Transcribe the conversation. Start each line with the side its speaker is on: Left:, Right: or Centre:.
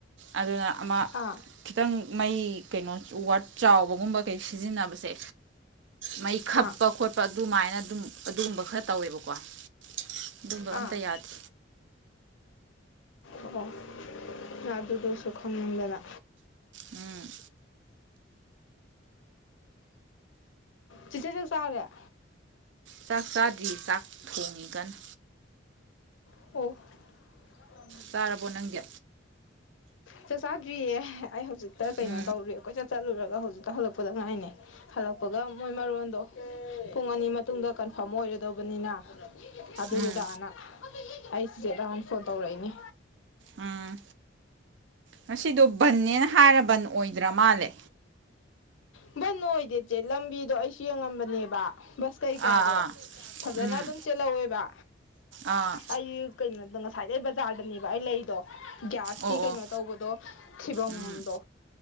Right: ꯑꯗꯨꯅ ꯑꯃ
Left: ꯑꯥ
Right: ꯈꯤꯇꯪ ꯃꯩ ꯀꯩꯅꯣ ꯎ ꯋꯥꯠ ꯆꯥꯎꯕꯒꯨꯝꯕ ꯀꯩ ꯁꯤꯖꯤꯟꯅꯕꯁꯦ ꯃꯩ ꯈꯞꯄ
Left: ꯑꯥ
Right: ꯈꯣꯠꯄ ꯑꯗꯨꯃꯥꯏꯅ ꯑꯗꯨꯝ ꯑꯗꯨꯒꯨꯝꯕ ꯈꯔ ꯇꯧꯋꯦꯕꯀꯣ ꯑꯗꯨꯝꯕ
Left: ꯑꯥ
Right: ꯑꯝꯇ ꯌꯥꯗꯦ
Left: ꯑꯣ ꯑꯗꯨꯗꯁꯨ ꯈꯪꯅꯤꯡꯗꯗ
Right: ꯎꯝ
Left: ꯆꯤꯆꯦ ꯆꯥꯛ ꯆꯥꯎꯔꯦ
Right: ꯆꯥꯛ ꯆꯥꯗ꯭ꯔꯤ ꯆꯥꯛ ꯊꯣꯡꯉꯤ ꯀꯅ
Left: ꯑꯣꯐ
Right: ꯆꯥꯔꯕꯣ ꯅꯪꯗꯤ
Left: ꯆꯠ ꯆꯥꯗ꯭ꯔꯤꯌꯦ ꯑꯩ ꯍꯧꯖꯤꯛꯇ ꯀꯩꯅꯣ
Right: ꯎꯝ
Left: ꯇꯧꯔꯦ ꯑꯩꯏ ꯆꯠꯂꯨꯔꯒ ꯍꯧꯖꯤꯛꯇ ꯍꯜꯂꯛꯄꯗ ꯉꯥꯏꯅꯦ ꯍꯜꯂꯛꯄꯒ ꯃꯣꯏ ꯃꯔꯣꯟꯗꯣ ꯄꯨꯡ ꯑꯅꯤ ꯃꯇꯨꯡꯗ ꯀꯟꯐꯥꯔꯝ ꯑꯣꯏꯔꯗꯧꯕꯅꯤꯅ ꯑꯗꯨꯗꯨꯗꯥꯅ
Right: ꯎꯝ
Left: ꯑꯩ ꯁꯤꯆꯦꯠ ꯔꯥꯎꯟ ꯐꯣꯟ ꯇꯧꯔꯛꯏꯅꯦ
Right: ꯎꯝ ꯉꯁꯤꯗꯣ ꯕꯟꯅꯦꯅ ꯍꯥꯏ ꯕꯟ ꯑꯣꯏꯗ꯭ꯔ ꯃꯥꯜꯂꯦ
Left: ꯕꯟ ꯅꯣꯏꯗꯦ ꯏꯆꯦ ꯂꯝꯕꯤꯗꯣ ꯑꯩꯁꯨ ꯌꯦꯡꯉꯝꯕꯅꯦꯕ ꯕꯁ ꯀꯩꯀꯥꯗꯣ
Right: ꯑꯥ ꯑꯥ
Left: ꯐꯖꯅ
Right: ꯎꯝ
Left: ꯑꯗꯨꯝ ꯆꯦꯜꯍꯧꯋꯦꯕ
Right: ꯑꯥ
Left: ꯑꯩ ꯀꯩꯅꯣꯗ ꯉꯁꯥꯏꯗꯩ ꯕꯖꯥꯔꯗꯅꯦꯕ ꯑꯩ ꯂꯩꯗꯣ ꯒ꯭ꯌꯥꯁꯀꯤ
Right: ꯑꯣ
Left: ꯀꯩꯅꯣ
Right: ꯑꯣ
Left: ꯇꯧꯕꯗꯣ ꯊꯤꯕꯝꯗꯣ
Right: ꯎꯝ